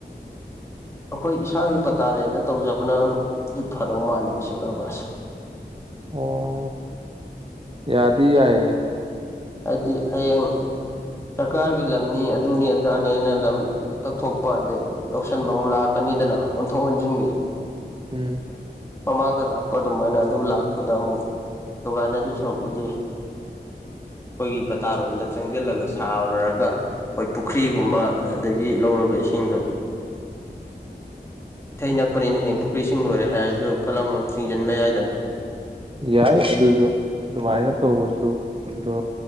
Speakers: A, on the left; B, on the right.
A: ꯑꯩꯈꯣꯏ ꯏꯁꯥꯒꯤ ꯄꯇꯥꯂꯦꯟꯗ ꯇꯧꯖꯕꯅꯗꯤ ꯐꯗꯧ ꯃꯥꯜꯂꯦ ꯃꯁꯤ ꯀꯔꯕꯥꯔꯁꯦ
B: ꯑꯣ ꯌꯥꯗꯤ ꯌꯥꯏꯌꯦ
A: ꯍꯥꯏꯗꯤ ꯍꯌꯦꯡ ꯁꯔꯀꯥꯔꯒꯤ ꯂꯝꯅꯤ ꯑꯗꯨꯅꯤ ꯑꯗꯥꯅꯦꯅ ꯂꯝ ꯇꯛꯊꯣꯛꯄ ꯑꯗꯩ ꯂꯧꯁꯤꯟꯕ ꯑꯃꯨꯛ ꯂꯥꯛꯀꯅꯤꯗꯅ ꯑꯣꯟꯊꯣꯛ ꯑꯣꯟꯁꯤꯟꯒꯦ
B: ꯎꯝ
A: ꯃꯃꯥꯡꯗ ꯂꯥꯛꯄ ꯑꯗꯨꯃꯥꯏꯅ ꯑꯗꯨ ꯂꯥꯛꯄꯗ ꯑꯃꯨꯛ ꯅꯨꯡꯉꯥꯏ ꯅꯗꯣꯏ ꯁꯔꯨꯛꯄꯨꯗꯤ ꯑꯩꯈꯣꯏꯒꯤ ꯄꯇꯥꯔꯣꯝꯗ ꯆꯪꯁꯤꯜꯂꯒ ꯁꯥꯔꯨꯔꯒ ꯑꯩꯈꯣꯏ ꯄꯨꯈ꯭ꯔꯤꯒꯨꯝꯕ ꯑꯗꯒꯤ ꯂꯧꯔꯒ ꯏꯁꯤꯡꯗꯣ ꯏꯊꯩ ꯅꯛꯄꯅꯤꯅ ꯍꯌꯦꯡ ꯄꯨꯈ꯭ꯔꯤ ꯏꯁꯤꯡ ꯂꯣꯏꯔꯦ ꯍꯥꯏꯔꯁꯨ ꯐꯠꯂꯥꯎꯅ ꯑꯃꯨꯛ ꯆꯤꯡꯁꯤꯟꯕ ꯌꯥꯏꯗꯅ
B: ꯌꯥꯏ ꯑꯗꯨꯁꯨ ꯑꯗꯨꯃꯥꯏꯅ ꯇꯧꯕꯁꯨ ꯑꯗꯣ